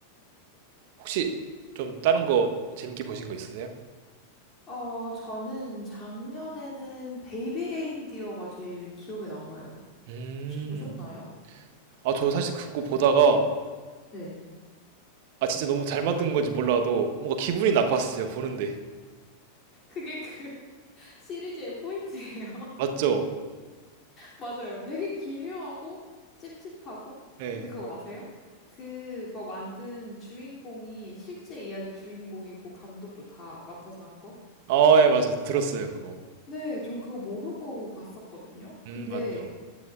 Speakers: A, on the right (about 50°); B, on the left (about 30°).
A: 혹시 좀 다른 거 재밌게 보신 거 있으세요?
B: 어, 저는 작년에는 베이비 레인디어가 제일 기억에 남아요.
A: 음.
B: 혹시 보셨나요?
A: 아, 저 사실 그거 보다가
B: 네.
A: 아 진짜 너무 잘 만든 건지 몰라도 뭔가 기분이 나빴어요 보는데
B: 그게 그 <laughs> 시리즈의 포인트예요.
A: 맞죠?
B: 맞아요. 되게 기묘하고 찝찝하고.
A: 예.
B: 근데 그거 아세요? 그거 만든 주인공이 실제 이야기 주인공이고 감독도 다 맡아서 한 거?
A: 아, 예, 맞아 들었어요 그거.
B: 네, 전 그거 모르고 봤었거든요. 근데
A: 음, 맞죠.